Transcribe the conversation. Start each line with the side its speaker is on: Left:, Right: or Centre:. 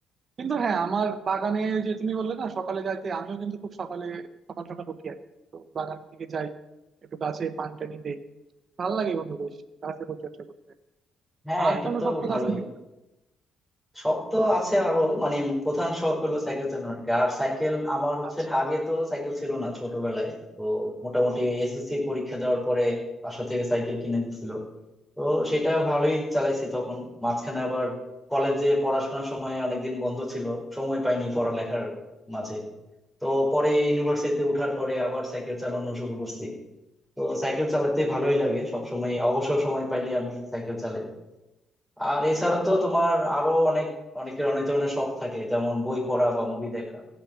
Right: কিন্তু হ্যাঁ আমার বাগানে ওই যে তুমি বললে না সকালে যাইতে আমিও কিন্তু খুব সকালে সকাল সকাল উঠি আর কি। তো বাগানের দিকে যাই একটু গাছে পানি টানি দেই ভালো লাগে বন্ধু বেশ গাছে পরিচর্যা করতে
Centre: হ্যাঁ
Right: আর
Centre: এটা
Right: কোনো
Centre: তো
Right: শক্ত
Centre: ভালোই
Right: গাছ নাকি
Centre: শখ তো আছে আরো মানে প্রধান শখ হলো সাইকেল চালানো আর কি আর সাইকেল আমার হচ্ছে
Right: আচ্ছা
Centre: আগে তো সাইকেল ছিল না ছোটবেলায় তো মোটামুটি এসএসসি পরীক্ষা দেওয়ার পরে বাসা থেকে সাইকেল কিনে দিছিল তো সেটা ভালোই চালাইছি তখন মাঝখানে আবার কলেজে পড়াশোনার সময় অনেকদিন বন্ধ ছিল সময় পাইনি পড়ালেখার মাঝে তো পরে ইউনিভার্সিটিতে উঠার পরে আবার সাইকেল চালানো শুরু করছি তো সাইকেল চালাতে ভালোই লাগে সব সময় অবসর সময় পাইলে আমি সাইকেল চালাই আর এছাড়া তো তোমার আরো অনেক অনেকের অনেক ধরনের শখ থাকে যেমন বই পড়া বা মুভি দেখা